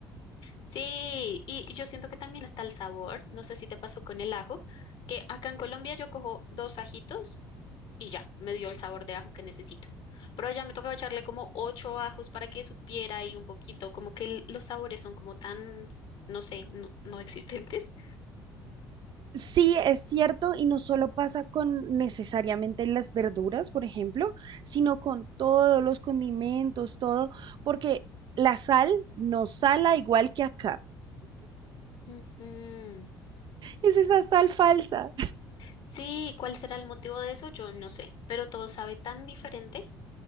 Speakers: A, on the left; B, on the right.
A: Sí, y yo siento que también está el sabor, no sé si te pasó con el ajo, que acá en Colombia yo cojo dos ajitos y ya, me dio el sabor de ajo que necesito. Pero allá me tocaba echarle como ocho ajos para que supiera y un poquito, como que el- los sabores son como tan, no sé, no, no existentes.
B: Sí, es cierto, y no solo pasa con necesariamente las verduras, por ejemplo, sino con todos los condimentos, todo, porque la sal no sala igual que acá.
A: Ujú.
B: Es esa sal falsa.
A: Sí, ¿cuál será el motivo de eso? Yo no sé, pero todo sabe tan diferente.